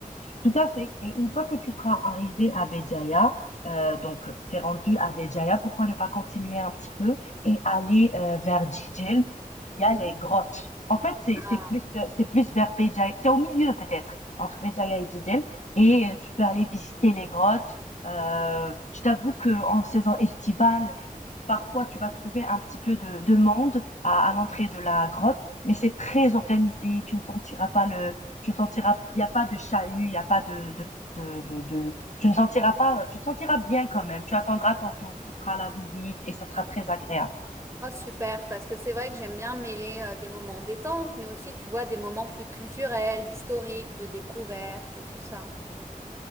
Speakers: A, on the left; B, on the right.
A: Tout à fait. Et une fois que tu seras arrivé à Béjaïa, euh, donc t'es rendu à Béjaïa, pourquoi ne pas continuer un petit peu et aller euh, vers Djidjel où il
B: Mhm.
A: y a les grottes. En fait, c'est
B: Ah.
A: c'est plus euh, c'est plus vers Béjaïa, c'est au milieu peut-être entre Béjaïa et Djidjel et euh, tu peux aller visiter les grottes. Euh, je t'avoue que en saison estivale, Parfois, tu vas trouver un petit peu de, de monde à, à l'entrée de la grotte, mais c'est très organisé. Tu ne sentiras pas le, tu ne sentiras, il n'y a pas de chahut, il n'y a pas de, de, de, de, de- tu ne sentiras pas, tu te sentiras bien quand même. Tu attendras ton tour, tu feras la visite et ça sera très agréable.
B: Ah, super, parce que c'est vrai que j'aime bien mêler euh, des moments détente, mais aussi tu vois des moments plus culturels, historiques, de découverte et tout ça.